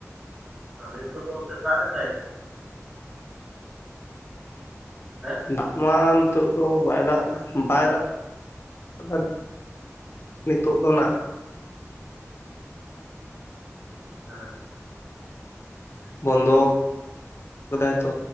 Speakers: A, on the right (about 20°); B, on the left (about 50°).
A: ᱟᱫᱚ ᱦᱤᱛᱳᱜ ᱫᱚ ᱚᱱᱛᱮ ᱫᱟᱜ ᱮᱫᱟᱭ? ᱦᱮᱸ
B: ᱫᱟᱜ ᱢᱟ ᱱᱤᱛᱳᱜ ᱫᱚ ᱵᱟᱭ ᱫᱟᱜ ᱫᱟ ᱵᱟᱭ ᱫᱟᱜ ᱫᱟ᱾ ᱱᱤᱛᱳᱜ ᱫᱚ ᱱᱟᱜ᱾
A: ᱦᱮᱸ
B: ᱵᱚᱱᱫᱚ ᱟᱠᱟᱫᱟᱭ ᱛᱚ᱾